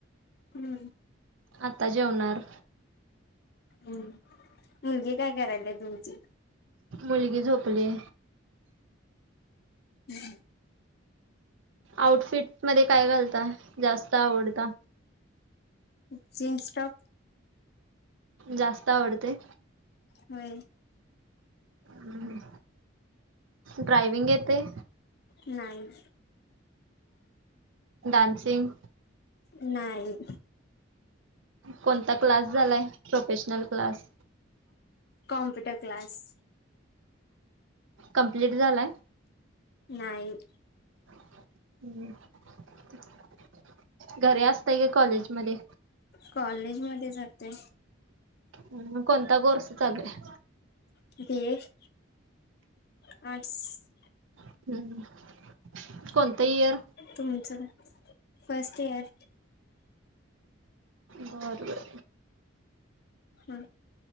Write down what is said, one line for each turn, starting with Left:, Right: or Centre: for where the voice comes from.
Left: हम्म
Right: आता जेवणार.
Left: हम्म मुलगी काय करायलया तुमची?
Right: मुलगी झोपलीए.
Left: हम्म.
Right: आउटफिटमध्ये काय घालता, जास्त आवडता?
Left: मग जीन्स टॉप.
Right: जास्त आवडतय.
Left: व्हय.
Right: हम्म. ड्रायव्हिंग येतंय?
Left: नई.
Right: डान्सिंग.
Left: नाही.
Right: कोणता क्लास झालाय, professional class?
Left: Computer class.
Right: Complete झालाय.
Left: नाही.
Right: हम्म तेच की. घरी असताय का कॉलेजमध्ये?
Left: कॉलेजमध्ये जातोय.
Right: हम कोणता कोर्स चालू हाय?
Left: किती हेच. आर्ट्स
Right: हम्म हम्म. कोणतं इयर?
Left: तुमचं काय? First year.
Right: बर बर.
Left: ह